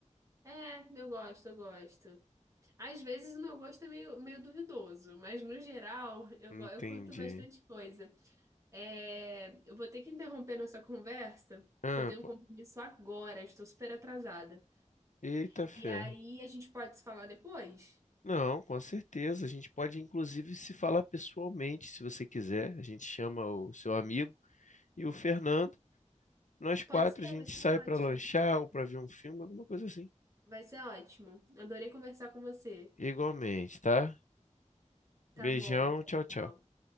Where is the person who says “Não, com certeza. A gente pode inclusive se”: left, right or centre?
Left